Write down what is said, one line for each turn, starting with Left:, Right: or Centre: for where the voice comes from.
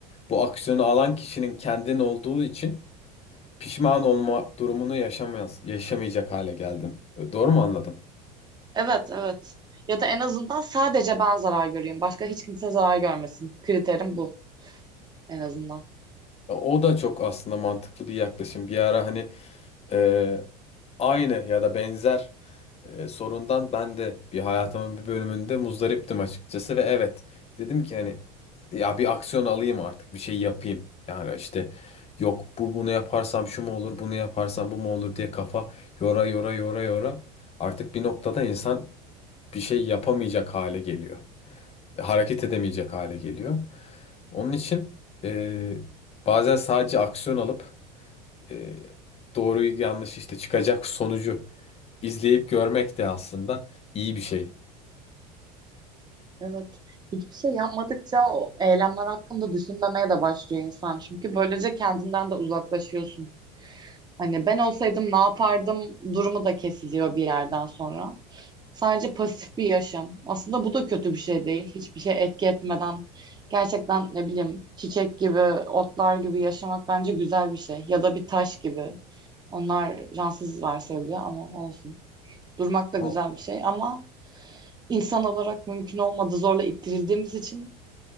Left: bu aksiyonu alan kişinin kendin olduğu için pişman olma durumunu yaşamayız, yaşamayacak hale geldim. E, Doğru mu anladım?
Right: Evet, evet. Ya da en azından sadece ben zarar göreyim. Başka hiç kimse zarar görmesin. Kriterim bu en azından.
Left: E, O da çok aslında mantıklı bir yaklaşım. Bir ara hani e, aynı ya da benzer e, sorundan ben de bir hayatımın bir bölümünde muzdariptim açıkçası ve evet dedim ki hani ya bir aksiyon alayım artık bir şey yapayım. Yani işte yok bu bunu yaparsam şu mu olur bunu yaparsam bu mu olur diye kafa yora yora yora yora artık bir noktada insan bir şey yapamayacak hale geliyor. hareket edemeyecek hale geliyor. Onun için e, bazen sadece aksiyon alıp e, doğruyu yanlış işte çıkacak sonucu izleyip görmek de aslında iyi bir şey.
Right: Evet. Hiçbir şey yapmadıkça o eylemler hakkında düşünmemeye de başlıyor insan. Çünkü böylece kendinden de uzaklaşıyorsun. Hani ben olsaydım ne yapardım durumu da kesiliyor bir yerden sonra. Sadece pasif bir yaşam. Aslında bu da kötü bir şey değil. Hiçbir şey etki etmeden gerçekten ne bileyim çiçek gibi, otlar gibi yaşamak bence güzel bir şey. Ya da bir taş gibi. Onlar cansız varsayılıyor ama olsun. Durmak da
Left: O-
Right: güzel bir şey ama insan olarak mümkün olmadı zorla ittirildiğimiz için